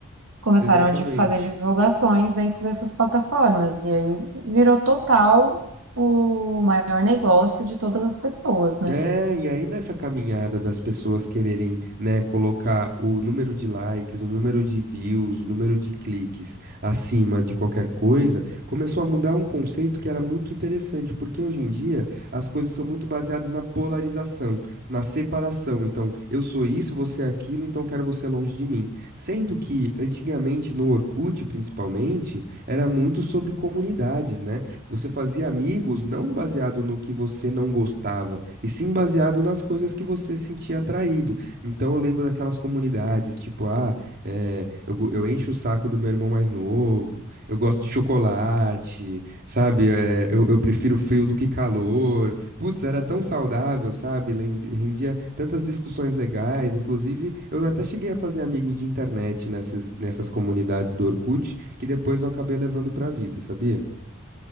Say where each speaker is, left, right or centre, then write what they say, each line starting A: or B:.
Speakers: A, on the right (about 90°); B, on the right (about 50°).
A: começaram
B: exatamente.
A: a di- fazer divulgações dentro dessas plataformas. E aí virou total o maior negócio de todas as pessoas, né?
B: É, e aí nessa caminhada das pessoas quererem, né, colocar o número de likes, o número de views, o número de cliques acima de qualquer coisa, começou a mudar um conceito que era muito interessante, porque hoje em dia as coisas são muito baseadas na polarização, na separação. Então, eu sou isso, você é aquilo, então quero você longe de mim. Sendo que antigamente no Orkut, principalmente, era muito sobre comunidades, né? Você fazia amigos não baseado no que você não gostava, e sim baseado nas coisas que você sentia atraído. Então eu lembro daquelas comunidades, tipo, ah, é, eu, go- eu encho o saco do meu irmão mais novo, eu gosto de chocolate, sabe? É, eu, eu prefiro frio do que calor. Putz, era tão saudável, sabe? Lem- Rendia tantas discussões legais. Inclusive, eu até cheguei a fazer amigos de internet nessas, nessas comunidades do Orkut, que depois eu acabei levando pra vida, sabia?